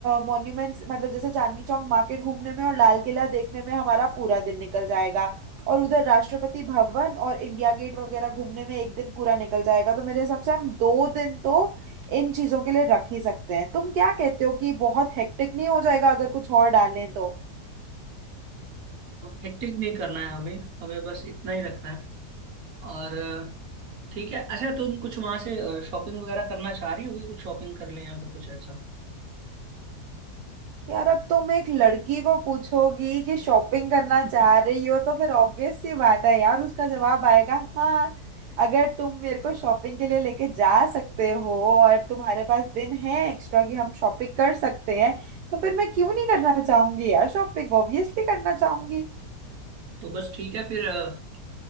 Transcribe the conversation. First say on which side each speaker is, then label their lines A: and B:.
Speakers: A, on the right; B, on the right.
A: मॉन्यूमेंट्स मतलब जैसे चांदनी चौक मार्केट घूमने में और लाल किला देखने में हमारा पूरा दिन निकल जाएगा और उधर राष्ट्रपति भवन और इंडिया गेट वगैरह घूमने में एक दिन पूरा निकल जाएगा तो मेरे हिसाब से हम दो दिन तो इन चीजों के लिए रख ही सकते हैं तुम क्या कहते हो कि बहुत हेक्टिक नहीं हो जाएगा अगर कुछ और डालें तो
B: हेक्टिक नहीं करना है हमें हमें बस इतना ही रखना है और अ, ठीक है अच्छा तुम कुछ वहां से शॉपिंग वगैरह करना चाह रही होगी कुछ शॉपिंग कर लें या फिर कुछ ऐसा
A: यार अब तुम एक लड़की को पूछोगी कि शॉपिंग करना
B: <laughs>
A: चाह रही हो तो फिर ऑब्वियस सी बात है यार उसका जवाब आएगा हाँ अगर तुम मेरे को शॉपिंग के लिए लेके जा सकते हो और तुम्हारे पास दिन है एक्स्ट्रा कि हम शॉपिंग कर सकते हैं तो फिर मैं क्यों नहीं करना चाहूंगी यार शॉपिंग ऑब्वियसली करना चाहूंगी
B: तो बस ठीक है फिर अ,